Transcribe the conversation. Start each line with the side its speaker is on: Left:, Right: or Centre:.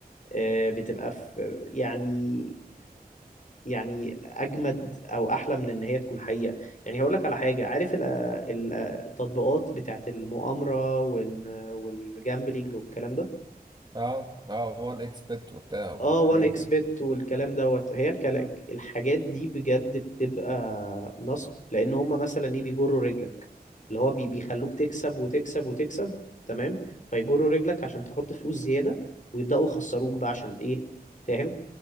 Left: آه، بتبقى في يعني يعني اجمد او احلى من ان هي تكون حقيقة يعني هقول لك على حاجة عارف ال- ال- التطبيقات بتاعت المؤامرة وال- والجامبلينج والكلام ده
Right: اه اه هو الاكس بت وبتاع وحاجات
Left: اه وان اكس
Right: كده
Left: بت والكلام دوت هي الكلا...
Right: مم.
Left: الحاجات دي بجد بتبقى نصب لان هما مثلا ايه بيجروا رجلك اللي هو بي... بيخلوك تكسب وتكسب وتكسب تمام فيجروا رجلك عشان تحط فلوس زيادة ويبدأوا يخسروك بقى عشان ايه فاهم